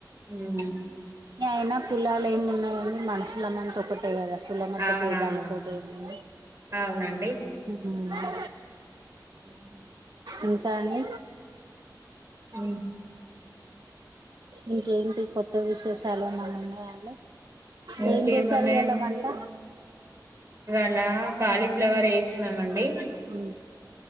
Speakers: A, on the right; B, on the right.
A: ఉమ్
B: ఏ ఎన్న కుళా లేంమ్ ఉన్నాయండి మనుషులమంత ఒకటేయ్ కదా అండి కుల మత్త
A: అవునవును
B: బేదాల తోటి ఏమ
A: అవునండి
B: అ
A: ఉ
B: ఇంత అని
A: ఆ
B: ఇంకేంటి కొత్త విశేషాలు ఏమన్నా ఉన్నాయా అండి
A: ఇంకేమున్నాయండి
B: ఏం చేసారు ఇవాలా వంట
A: అలా కాలీఫ్లవర్ వేస్తున్నా మ్ అండి
B: హ